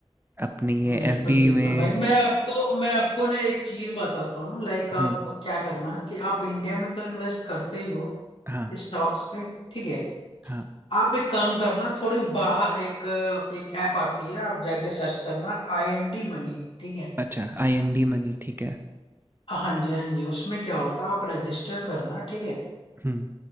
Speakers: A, on the right; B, on the left.
A: अपनी ये
B: बिल्कुल
A: एफडी
B: बिल्कुल
A: में।
B: भाई मैं आपको मैं आपको ना एक चीज बताता हूँ लाइक आप
A: हुँ,
B: क्या करना कि आप इंडिया में तो इन्वेस्ट करते ही हो
A: हाँ,
B: स्टॉक्स पे ठीक है
A: हाँ।
B: आप एक काम करना थोड़ी बाहर एक एक ऐप आती है आप जाके सर्च करना आई एन डी मनी ठीक है
A: अच्छा, आईएनडी मनी, ठीक है।
B: हाँ जी हाँ जी उसमें क्या होता है आप रजिस्टर करना ठीक है
A: हुँ,